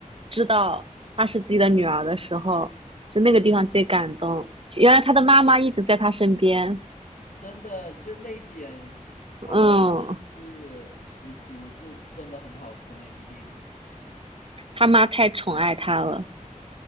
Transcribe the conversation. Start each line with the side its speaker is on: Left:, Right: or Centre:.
Right: 知道她是自己的女儿的时候，就那个地方最感动。
Left: 嗯，
Right: 原来他的妈妈一直在他身边，
Left: 就是真的就泪点哦，
Right: 嗯，
Left: 真的是十足，就真的很好哭那部电影。
Right: 他妈太宠爱他了，